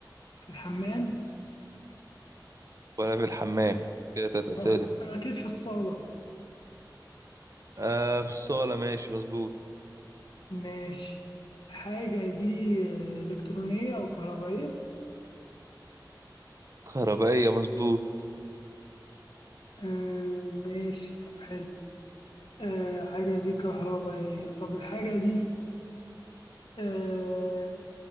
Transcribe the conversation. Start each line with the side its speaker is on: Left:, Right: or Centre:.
Left: في الحمام
Right: ولا في الحمام كده تلات اسئله
Left: وف- أكيد في الصالة بقى
Right: آه في الصاله ماشي مظبوط
Left: ماشي الحاجة دي آه، إلكترونية أو كهربائية
Right: كهربائيه مظبوط
Left: آه، ماشي طب حلو آه، الحاجة دي كهربائية طب الحاجة دي آه،